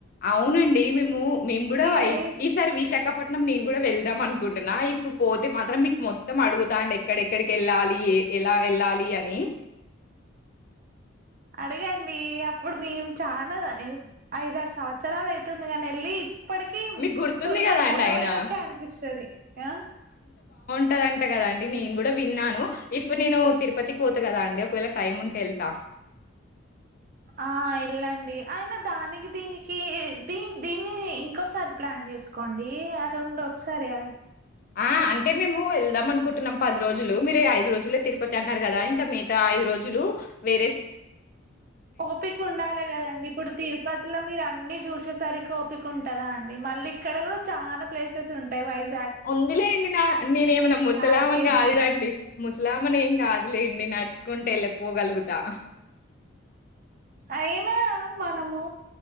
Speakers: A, on the left; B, on the right.
A: అవునండి మేము మేం గూడా
B: వెళ్ళి
A: ఈసారి విశాఖపట్నం నేను గూడా వెళ్దాం మన్ కుంటున్నా ఇఫ్ పోతే మాత్రం మీకు మొత్తం అడుగుతా అండి ఎక్కడెక్కడికెళ్ళాలి ఏ ఎలా వెళ్ళాలి అని
B: అడగండి అప్పుడు మేము చానా ఐదారు సంవత్సరాలైతుంది గానెళ్ళి ప్పడికి
A: మీకు గుర్తుంది
B: పోయినా
A: గదండీ
B: మొన్న
A: ఆయన.
B: పోయ్నాట్టే అనిపిస్తది ఆ
A: ఉంటదంట గదండి నేను గూడా విన్నాను ఇఫ్ నేను తిరుపతికి వోత కదాండి ఒకవేళ టైముంటేళ్తా
B: ఆ ఎళ్ళండి ఐనా దానికి దీనికి దీన్ దీన్ని ఇంకోసారి ప్లాన్ జేస్కోండి ఆ రెండు ఒకసారే
A: ఆ! అంటే మేము ఎళ్దాం అనుకుంటున్నాం పద్రోజులు మీరే ఐదు రోజులే తిరుపతి అన్నారు గదా ఇంక మిగతా ఐదు రోజులు వేరే స్
B: ఒపికుండాలే గదండి ఇప్పుడు తిరుపతిల మీరన్ని జూసేసరికి ఓపిక్ కుంటదాండి మళ్ళీక్కడ గూడా చాలా ప్లేసెస్ ఉంటయ్ వైజ
A: ఉందిలేండి నా నేనేమన్నా ముసలామెన్
B: ఆర్కే
A: గాదు
B: బీచ్
A: రండి
B: ఉంటది
A: ముసలామెన్ ఏం గాదులేండి నడ్ చ్ కుంటేళ్ళి పోగల్గుతా
B: అయినా మనము